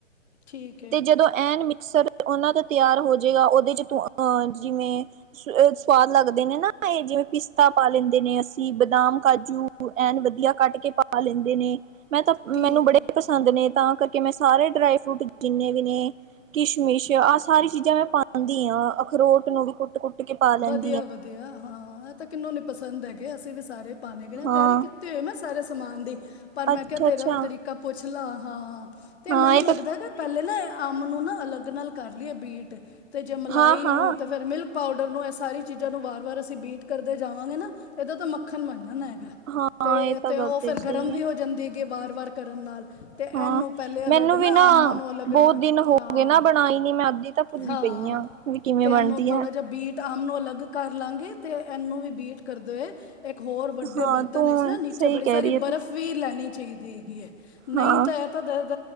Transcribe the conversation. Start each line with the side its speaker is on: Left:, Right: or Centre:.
Left: ਠੀਕ ਏ।
Right: ਤੇ ਜਦੋਂ ਐਨ ਮਿਕਸਰ ਓਨਾਂ ਤੋਂ ਤਿਆਰ ਹੋਜੇਗਾ ਓਦੇ ਚ ਤੂੰ ਅ ਜਿਵੇਂ <unintelligible> ਸਵਾਦ ਲੱਗਦੇ ਨੇ ਨਾ ਏ ਜਿਵੇਂ ਪਿਸਤਾ ਪਾ ਲੈਂਦੇ ਨੇ ਅਸੀਂ ਬਦਾਮ ਕਾਜੂ ਐਨ ਵਦੀਆ ਕੱਟ ਕੇ ਪਾ ਲੈਂਦੇ ਨੇ ਮੈਂ ਤਾਂ
Left: ਠੀਕ
Right: ਮੈਨੂੰ ਬੜੇ
Left: ਹੈ।
Right: ਪਸੰਦ ਨੇ ਤਾਂ ਕਰਕੇ ਮੈਂ ਸਾਰੇ ਡਰਾਈ ਫਰੂਟ ਜਿੰਨੇ ਵੀ ਨੇ ਕਿਸ਼ਮਿਸ਼ ਆਹ ਸਾਰੀ ਚੀਜ਼ਾਂ ਮੈਂ ਪਾਂਦੀ ਆ ਅਖਰੋਟ ਨੂੰ ਵੀ ਕੁੱਟ-ਕੁੱਟ ਕੇ ਪਾ ਲੈਣ।
Left: ਵਦੀਆ ਵਦੀਆ ਹਾਂ ਐ ਤਾਂ ਕਿਨੂੰ ਨੀ ਪਸੰਦ ਹੈਗੇ ਅਸੀਂ ਵੀ ਸਾਰੇ ਪਾਣੇਗੇ ਨਾ <unintelligible>
Right: ਹਾਂ
Left: ਮੈਂ ਸਾਰੇ ਸਮਾਨ ਦੀ ਪਰ ਮੈਂ
Right: ਅੱਛਾ
Left: ਕਿਆ ਤੇਰਾ
Right: ਅੱਛਾ
Left: ਵੀ ਤਰੀਕਾ ਪੁੱਛ ਲਾ ਹਾਂ। ਤੇ
Right: ਹਾਂ
Left: ਮੈਨੂੰ
Right: ਇਹ ਤਾਂ
Left: ਲੱਗਦਾ ਗ ਪਹਿਲੇ ਨਾ ਅੰਮ ਨੂੰ ਨਾ ਅਲੱਗ ਨਾਲ ਕਰ ਲਈਏ ਬੀਟ ਤੇ ਜੇ ਮਲਾਈ
Right: ਹਾਂ ਹਾਂ
Left: ਨੂੰ ਤੇ ਫੇਰ ਮਿਲ ਪਾਊਡਰ ਨੂੰ ਐ ਸਾਰੀ ਚੀਜ਼ਾਂ ਨੂੰ ਵਾਰ-ਵਾਰ ਅਸੀਂ ਬੀਟ ਕਰਦੇ ਜਾਵਾਂਗੇ ਨਾ ਏਦਾ ਤਾਂ ਮੱਖਣ ਬਨ ਜਾਨਾ ਐ।
Right: ਹਾਂ।
Left: ਤੇ-ਤੇ
Right: ਇਹ ਤਾਂ ਗੱਲ
Left: ਓਫਿਰ
Right: ਤੇਰੀ ਸਹੀ
Left: ਗਰਮ ਵੀ
Right: ਹੈ
Left: ਹੋ ਜਾਂਦੀ ਗੇ ਵਾਰ-ਵਾਰ ਕਰਨ ਨਾਲ ਤੇ
Right: ਹਾਂ
Left: ਐਨੂੰ ਪੇਲੇ
Right: ਮੈਨੂੰ
Left: ਅਲੱਗ ਨਾ
Right: ਵੀ
Left: ਅਮਾ ਨੂੰ ਅਲੱਗ
Right: ਬਹੁਤ
Left: ਨਾ
Right: ਦਿਨ ਹੋ
Left: ਹਾਂ
Right: ਗਏ ਨਾ ਬਣਾਈ ਨੀ ਮੈਂ ਅੱਧੀ ਤਾਂ ਭੁੱਲੀ
Left: ਹਾਂ
Right: ਪਈ ਆ ਵੀ ਕਿਵੇਂ
Left: ਤੇ
Right: ਬਣਦੀ
Left: ਇਹਨੂੰ ਥੋੜਾ
Right: ਹੈ
Left: ਜਿਹਾ ਬੀਟ ਆਮ ਨੂੰ ਅਲੱਗ ਕਰ ਲਾਂਗੇ ਤੇ ਐਨੂੰ ਵੀ ਬੀਟ ਕਰਦੇ ਓਏ ਇੱਕ ਹੋਰ ਵੱਡੇ
Right: ਹਾਂ
Left: ਬਰਤਨ
Right: ਤੂੰ
Left: ਇਸ ਨਾ ਨੀਚੇ
Right: ਸਹੀ
Left: ਬੜੀ
Right: ਕਹਿ
Left: ਸਾਰੀ
Right: ਰਹੀ ਹੈ
Left: ਬਰਫ਼
Right: ਤੂੰ
Left: ਵੀ ਲੈਣੀ ਚਾਹੀਦੀ ਹੈਗੀ ਐ ਨਹੀਂ
Right: ਹਾਂ
Left: ਤਾਂ ਐ ਤਾਂ ਦਰਦ